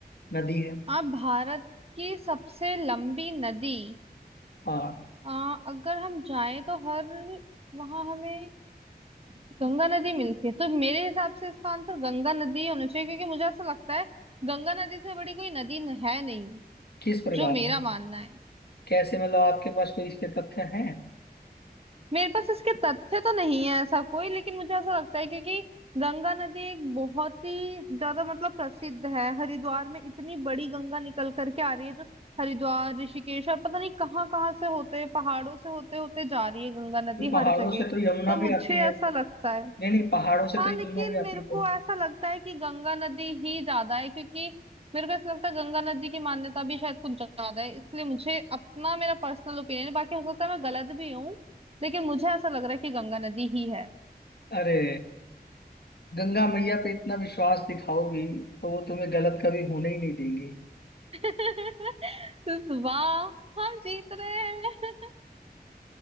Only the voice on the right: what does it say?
आप भारत की सबसे लंबी नदी
आ, अगर हम जाएं तो हर वहाँ हमें गंगा नदी मिलती है तो मेरे हिसाब से इसका आंसर गंगा नदी ही होना चाहिए क्योंकि मुझे ऐसा लगता है गंगा नदी से बड़ी कोई नदी न- है नहीं
जो मेरा
मानना है
मेरे पास इसके तथ्य तो नहीं है ऐसा कोई लेकिन मुझे ऐसा लगता है क्योंकि गंगा नदी एक बहुत ही ज्यादा मतलब प्रसिद्ध है हरिद्वार में इतनी बड़ी गंगा निकल करके आ रही है जो हरिद्वार ऋषिकेश और पता नहीं कहाँ कहाँ से होते पहाड़ों से होते होते जा रही है गंगा नदी
हर जगह
तो
मुझे
ऐसा लगता है
हाँ
लेकिन
मेरे
को
ऐसा लगता है कि गंगा नदी ही ज्यादा है क्योंकि मेरे को ऐसा लगता है गंगा नदी की मान्यता भी शायद कुछ ज्यादा है इसलिए मुझे अपना मेरा पर्सनल ओपिनियन है, बाकी हो सकता है मैं गलत भी हूँ लेकिन मुझे ऐसा लग रहा है कि गंगा नदी ही है
<laughs> तो वाह हम जीत रहे हैं <laughs>